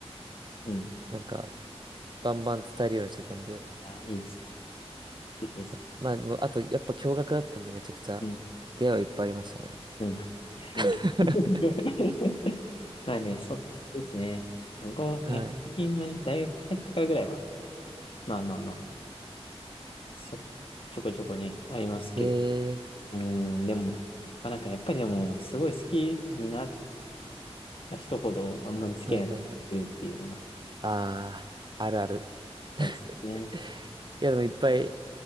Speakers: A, on the left; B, on the right.
A: うん。
B: なんか、バンバン伝えるようにしてたんで、
A: あいいですね。素敵です。
B: やっまあ、もうあと、やっぱ驚愕だったんで、めちゃくちゃ、
A: うん。
B: 出会いはいっぱいありましたね。
A: うん。いや、いいな。
B: <laughs>
A: <laughs> まあね、そうですね。僕も、
B: はい。
A: なんか最近はね、大学入ってからぐらいは、まあまあまあ、ちょこちょこちょこね、ありますけど。
B: え
A: うーん、でも、まあなんかやっぱりでも、すごい好きになった人ほど、あんまり付き合えなかったりするっていうのが、
B: ー、はいはいはい。あー、あるある。
A: そうですよね。
B: <laughs> いや、でもいっぱい、